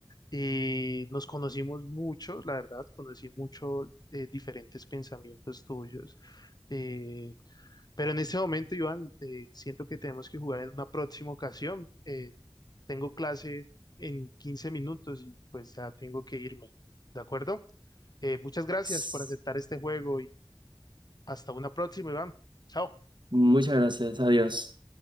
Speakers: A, on the left; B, on the right.
A: Eh, nos conocimos mucho, la verdad, conocí mucho eh, diferentes pensamientos tuyos. Eh, pero en este momento, Iván, eh, siento que tenemos que jugar en una próxima ocasión. Eh, tengo clase en 15 minutos y pues ya tengo que irme. ¿De acuerdo? Eh, muchas gracias
B: S-
A: por aceptar este juego y hasta una próxima, Iván. Chao.
B: Muchas gracias, adiós.